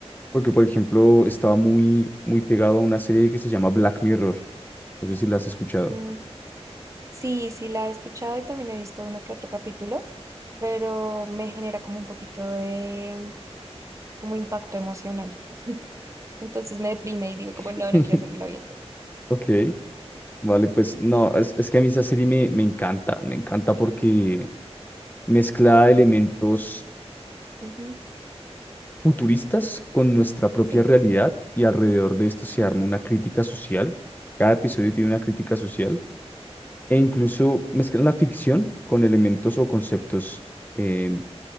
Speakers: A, on the left (about 15°); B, on the right (about 25°).
A: Porque, por ejemplo, estaba muy, muy pegado a una serie que se llama Black Mirror. No sé si la has escuchado.
B: Mm, Sí, sí la he escuchado y también he visto uno que otro capítulo, pero me genera como un poquito de como impacto emocional. <laughs> Entonces me deprime y digo como no,
A: <laughs>
B: no quiero seguirla viendo.
A: Ok. Vale, pues no, es, es que a mí esa serie me, me encanta, me encanta porque mezcla elementos
B: Ujú,
A: futuristas con nuestra propia
B: Sí.
A: realidad y alrededor de esto se arma una crítica social. Cada episodio tiene una crítica social e incluso mezclan la ficción con elementos o conceptos eh,